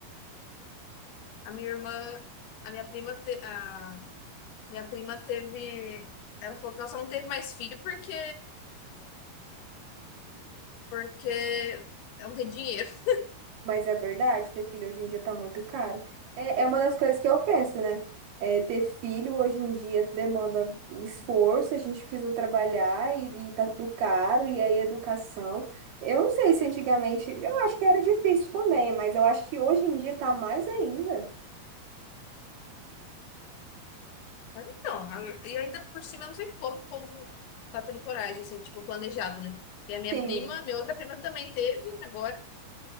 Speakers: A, on the left (about 80°); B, on the right (about 80°).
A: A minha irmã, a minha prima, te- a Minha prima teve. Ela falou que ela só não teve mais filho porque. Porque não tem dinheiro. <laughs>
B: Mas é verdade, ter filho hoje em dia tá muito caro. É, é uma das coisas que eu penso, né? É, ter filho hoje em dia demanda esforço, a gente precisa trabalhar e, e tá tudo caro, e aí educação. Eu não sei se antigamente, eu acho que era difícil também, mas eu acho que hoje em dia tá mais ainda.
A: Então, a- e ainda por cima, eu não sei como o povo tá tendo coragem, assim, tipo, planejado, né? E a minha
B: Sim.
A: prima, minha outra prima também teve, agora.